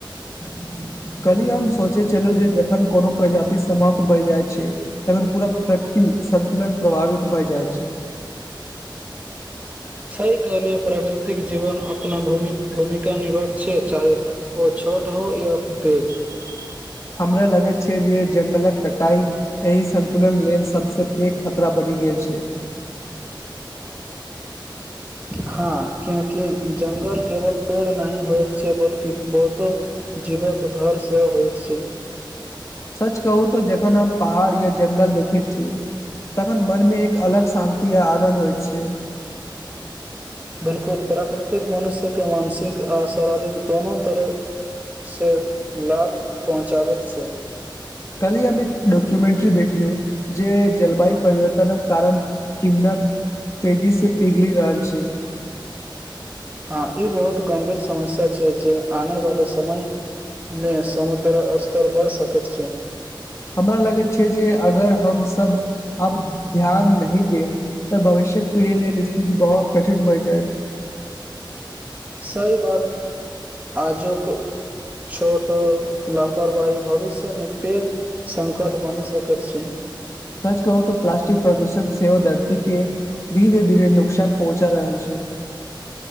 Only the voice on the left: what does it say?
<inaudible> काल्हिए हम सोचै छलहु जे जखन कोनो प्रजाति समाप्त भइ जाइ छै तखन पूरा प्राकृति सन्तुलन प्रभावित भए जाइ छै
<inaudible> हमरा लगैत छै जे जंगलक कटाई एहि संतुलन लेल सबस पैघ खतरा बनि गेल छै <unintelligible>
सच कहू तऽ जखन हम पहाड़ या ज्गल देखैत छि तखन मनमे एक अलग शान्ति आ आनन्द होइत छै
कल्हि हम एक डॉक्युमेंट्री देखलियौ जे जलवायु परिवर्तनक कारण हिमन तेजी से पिघलि रहल छी
हमरा लगैत छै जे अगर हमसब आब ध्यान नहि देब तऽ भविष्य छेत पीढ़ी लेल स्थिति बहुत कठिन भैइ छै
सच कहू तऽ प्लास्टिक प्रदूषण सेहो धरती के धीरे धीरे नुकसान पहुँचा रहल छै